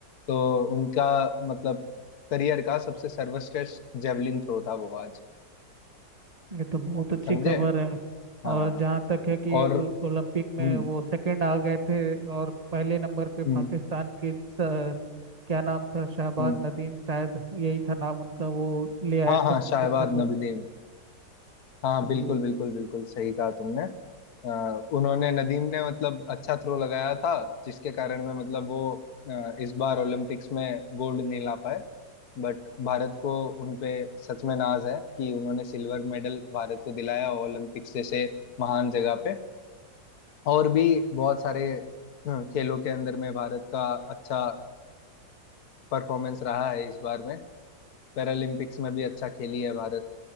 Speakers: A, on the left; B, on the right.
A: तो उनका मतलब करियर का सबसे सर्वश्रेष्ठ जेवलिन थ्रो था वो आज
B: ये तो बहुत अच्छी
A: समझे
B: खबर है
A: हाँ
B: और जहाँ तक है कि
A: और
B: ओ- ओलंपिक
A: हम्म
B: में वो सेकंड आ गए थे और पहले नंबर पे पाकिस्तान
A: हम्म
B: के स- क्या नाम था शहबाज
A: हम्म
B: नदीम शायद यही था नाम उनका वो ले आए
A: हाँ
B: थे
A: हाँ
B: बहुत
A: शाहबाद
B: अच्छा पे
A: नबीदीम हाँ
B: जी
A: बिल्कुल बिल्कुल बिल्कुल सही कहा तुमने अ, उन्होंने नदीम ने मतलब अच्छा थ्रो लगाया था जिसके कारण में मतलब वो अ, इस बार ओलंपिक्स में गोल्ड नहीं ला पाए बट भारत को उनपे सच में नाज है कि उन्होंने सिल्वर मेडल भारत को दिलाया ओलंपिक्स जैसे महान जगह पे और भी बहुत सारे अ, खेलों के अंदर में भारत का अच्छा परफॉर्मेंस रहा है इस बार में पैरालंपिक्स में भी अच्छा खेली है भारत